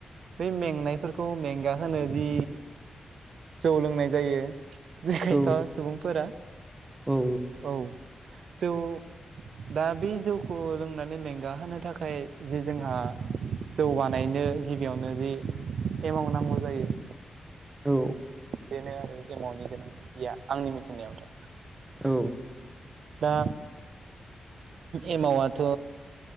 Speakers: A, on the right; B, on the right.
A: बै मेंनायफोरखौ मेंगाहोनो जि जौ लोंनाय जायो जे खायफा
B: औ
A: सुबुंफोरा
B: औ
A: औ जौ दा बे जौखौ लोंनानै मेंगाहोनो थाखाय जि जोंहा जौ बानायनो गिबियावनो जि एमाउ नांगौ जायो
B: औ
A: बेनो आरो एमाउनि गोनांथिया आंनि मिथिनायावथ'
B: औ
A: दा एमावाथ'